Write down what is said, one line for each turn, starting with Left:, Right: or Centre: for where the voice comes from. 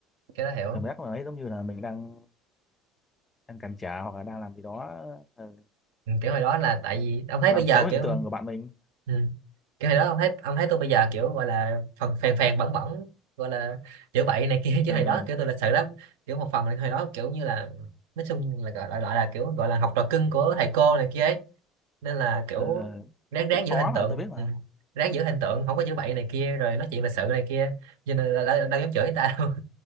Right: cái đó hiểu
Left: cảm giác là ấy giống như là mình đang đang cản trở hoặc là đang làm gì đó ờ,
Right: Ừ, kiểu hồi đó là tại vì ông thấy
Left: làm
Right: bây giờ
Left: xấu hình
Right: kiểu
Left: tượng của bạn mình
Right: ừ. kiểu hồi đó ông thấy ông thấy tôi bây giờ kiểu gọi là phần phèn phèn bẩn bẩn gọi là chữa bậy này kia <laughs> chứ
Left: Ờ,
Right: hồi
Left: ờ,
Right: đó kiểu tôi lịch sự lắm kiểu một phần là hồi đó kiểu như là nói chung là gọi, gọi là kiểu gọi là học trò cưng của thầy cô này kia ấy nên là kiểu
Left: ờ, ờ,
Right: ráng ráng
Left: cũng khó
Right: giữ hình tượng
Left: mà tôi biết mà
Right: ừ. ráng giữ hình tượng không có chữa bậy này kia rồi nói chuyện lịch sự này kia cho nên là đâu, đâu dám chửi người ta đâu <laughs>